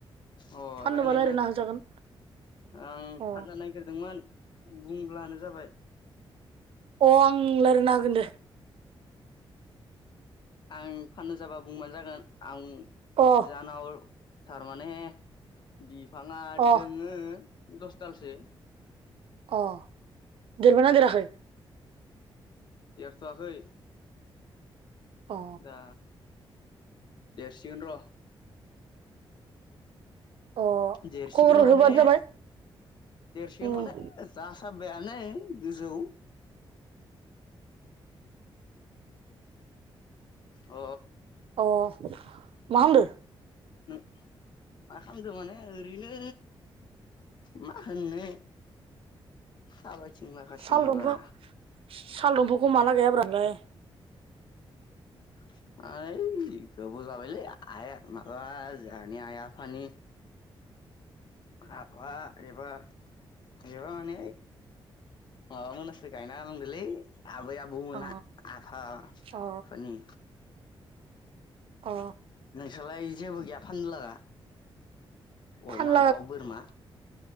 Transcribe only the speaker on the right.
फाननोबा
रायज्लायना होजागोन
अ
अ आं लायरायना होगोन दे।
अ
अ
अ देरबायना देराखै?
अ
अ
खबर
होबानो जाबाय
उम
अ मा खामदो?
साल दंफां
साल दंफांखौ माला गायाब्रा नोंलाय?
अ
अ अ
फाननो